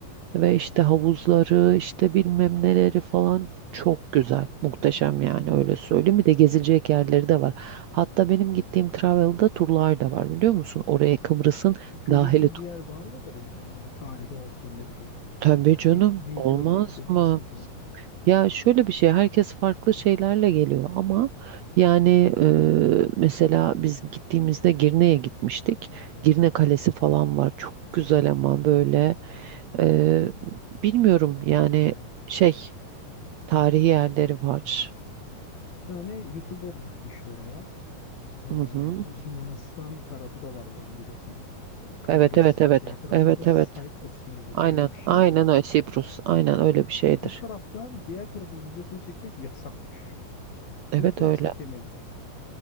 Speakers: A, on the right; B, on the left.
A: Ve işte havuzları, işte bilmem neleri falan çok güzel, muhteşem yani öyle söyleyeyim. Bir de gezilecek yerleri de var. Hatta benim gittiğim Travel'da turlar da var biliyor musun? Oraya Kıbrıs'ın
B: Görülecek
A: dahili. tu-
B: bir yer var mıdır ya? Yani bir tarihi olsun ne bileyim.
A: Tabii canım,
B: Ne, neyi
A: olmaz
B: görmeye gidebilirsin
A: mı?
B: ki orada?
A: Ya şöyle bir şey, herkes farklı şeylerle geliyor ama yani e, mesela biz gittiğimizde Girne'ye gitmiştik. Girne Kalesi falan var. Çok güzel ama böyle e, bilmiyorum yani şey tarihi yerleri var.
B: Bir tane YouTuber gitmişti oraya. Ee,
A: Hı hı.
B: bu Yunanistan tarafı da var oranın biliyorsun. Kıbrıs.
A: Evet evet evet.
B: Diğer tarafın
A: Evet
B: aslında Cyprus
A: evet.
B: muydu?
A: Aynen.
B: Öyle bir şey.
A: Aynen öyle. Sibrus. Aynen öyle bir şeydir.
B: Bu taraftan diğer tarafın videosunu çekmek yasakmış.
A: Evet
B: O yüzden
A: öyle.
B: çekemediler.